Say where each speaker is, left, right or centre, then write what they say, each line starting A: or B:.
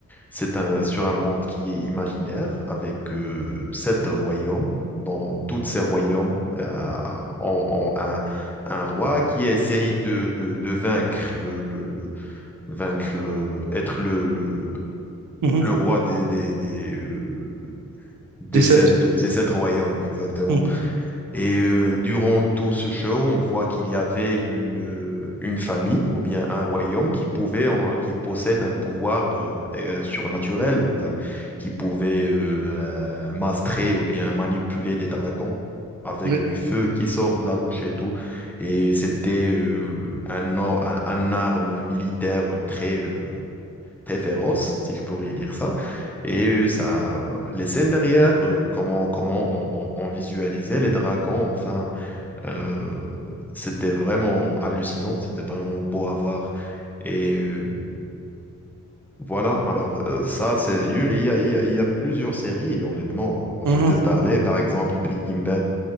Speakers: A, in the centre; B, on the right (about 80°).
A: c'est un, sur un monde qui est imaginaire avec euh, sept royaumes. Dans tous ces royaumes, euh, ont, ont un, un roi qui essaye de, de, de vaincre le, le, le- vaincre le, être le, le,
B: Mhm.
A: le roi des, des, des, euh, des
B: Des sept.
A: sept, des sept royaumes, exactement.
B: Mhm.
A: Et euh, durant tout ce show, on voit qu'il y avait une, euh, une famille ou bien un royaume qui pouvait, euh, qui possède un pouvoir euh, euh, surnaturel, enfin, qui pouvait euh, euh, mastrer ou bien manipuler des dragons avec
B: Oui.
A: du feu qui sort de la bouche et tout. Et c'était euh, un, or- un, un arme militaire euh, très, euh, très féroce, si je pourrais dire ça. Et euh, ça, euh, les scènes derrière, euh, comment, comment on, on- on visualisait les dragons, enfin, euh, c'était vraiment hallucinant, c'était vraiment beau à voir. Et euh, voilà, alors euh, ça, c'est une- il y a, il y a- il y a plusieurs séries, et honnêtement, dont
B: Mhm.
A: je peux parler, par exemple Breaking Bad,